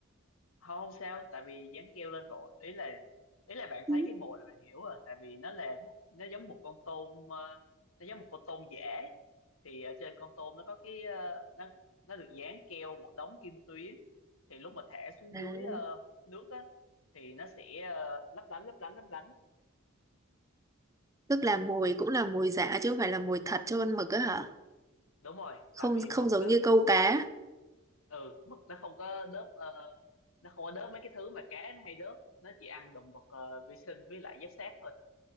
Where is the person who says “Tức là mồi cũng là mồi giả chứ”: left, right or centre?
Right